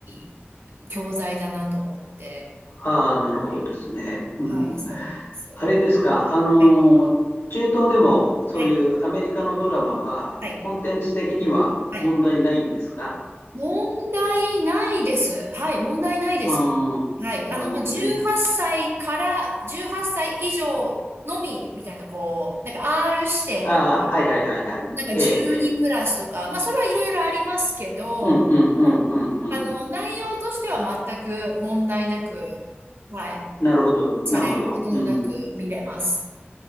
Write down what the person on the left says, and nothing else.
ああ、なるほどですね。
うんうん、
あれですか、あのー、
中東でもそういうアメリカのドラマは、
コンテンツ的には問題ないんですか
ああ、
なるほどね。
ああ、はいはいはいはい。
ええ、ええ。
うんうんうんうんうん。
なるほど、
なるほど。うん、